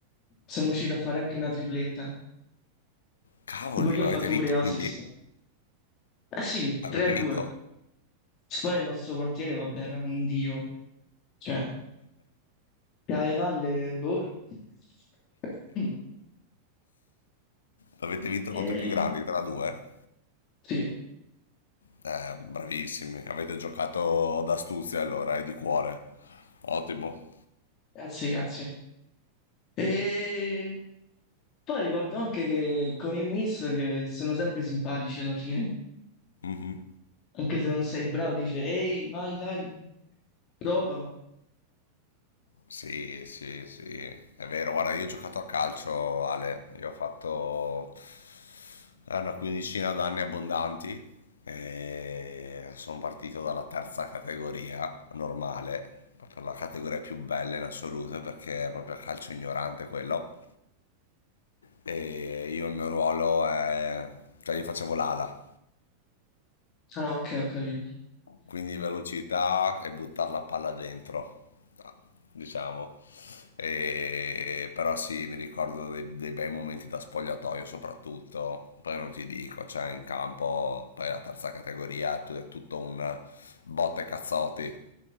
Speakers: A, on the left; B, on the left.
A: siamo riusciti a fare anche una tripletta.
B: Cavoli,
A: Tipo io
B: ma
A: ho fatto
B: avete vinto
A: pure assist.
B: quindi?
A: Eh sì, 3
B: Avete
A: a 2.
B: vinto?
A: Poi il nostro portiere, vabbè, era un dio. Cioè, chiave valle, boh. <laughs>
B: Avete vinto
A: E...
B: contro i più grandi tra 2?
A: Sì,
B: Eh, bravissimi, avete giocato d'astuzia allora e di cuore. Ottimo.
A: grazie, grazie. E... Poi ricordo anche che con il mister che sono sempre simpatici alla fine,
B: Mh-mh.
A: anche se non sei bravo, dice ehi, vai, dai, prova.
B: Sì, sì, sì, è vero. Guarda, io ho giocato a calcio, Ale, io ho fatto Ha una quindicina d'anni abbondanti. E sono partito dalla terza categoria normale, proprio la categoria più bella in assoluto perché è proprio calcio ignorante quello. E io il mio ruolo è... cioè io facevo l'ala
A: Ah, ok, ho capito.
B: quindi velocità e buttare la palla dentro, diciamo. E- però sì, mi ricordo dei, dei bei momenti da spogliatoio soprattutto, poi non ti dico, cioè in campo, poi la terza categoria è tu- è tutto un botte cazzotti,